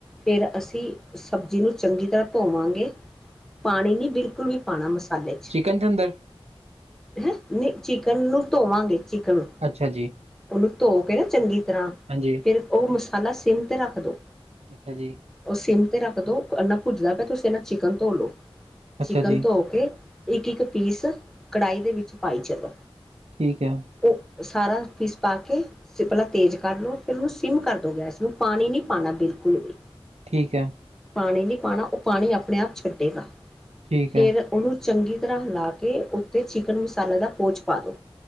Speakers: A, in the centre; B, on the right (about 85°).
A: ਫੇਰ ਅਸੀਂ ਸਬਜ਼ੀ ਨੂੰ ਚੰਗੀ ਤਰ੍ਹਾਂ ਧੋਵਾਂਗੇ ਪਾਣੀ ਨੀ ਬਿਲ ਕੁਲ ਨੀ ਪਾਨਾ ਮਸਾਲੇ ਚ।
B: ਚਿਕਨ ਦੇ ਅੰਦਰ
A: ਹੈ ਨੀ ਚਿਕਨ ਨੂੰ ਧੋਵਾਂਗੇ ਚਿਕਨ
B: ਅੱਛਾ ਜੀ
A: ਓਨੂੰ ਧੋ ਕੇ ਨਾ ਚੰਗੀ ਤਰ੍ਹਾਂ
B: ਹਾਂਜੀ
A: ਫਿਰ ਓ ਮਸਾਲਾ ਸਿਮ ਤੇ ਰੱਖ ਦੋ।
B: ਅੱਛਾ ਜੀ।
A: ਓ ਸਿਮ ਤੇ ਰੱਖ ਦੋ ਇੰਨਾ ਓ ਭੁਜਦਾ ਪਿਆ ਤੁਸੀਂ ਇਨਾ ਚਿਕਨ ਧੋ ਲੋ। ਚਿਕਨ
B: ਅੱਛਾ ਜੀ
A: ਧੋ ਕੇ ਇੱਕ-ਇੱਕ ਪੀਸ ਕੜਾਹੀ ਦੇ ਵਿੱਚ ਪਾਈ ਚਲੋ।
B: ਠੀਕ ਐ।
A: ਓ ਸਾਰਾ ਪੀਸ ਪਾ ਕੇ ਤੁਸੀ ਪਹਿਲਾ ਤੇਜ਼ ਕਰ ਲਓ ਫਿਰ ਉਨੂੰ ਸਿਮ ਕਰ ਦਓ ਗੈਸ ਨੂੰ ਪਾਣੀ ਨੀ ਪਾਣਾ ਬਿਲਕੁਲ ਵੀ।
B: ਠੀਕ ਐ।
A: ਪਾਣੀ ਨੀ ਪਾਣਾ ਓ ਪਾਣੀ ਆਪਣੇ ਆਪ ਛੱਡੇਗਾ।
B: ਠੀਕ
A: ਫੇਰ
B: ਹੈ
A: ਓਨੂੰ ਚੰਗੀ ਤਰ੍ਹਾਂ ਹਿਲਾ ਕੇ ਉੱਤੇ ਚਿਕਨ ਮਸਾਲੇ ਦਾ ਪੋਚ ਪਾ ਦੋ।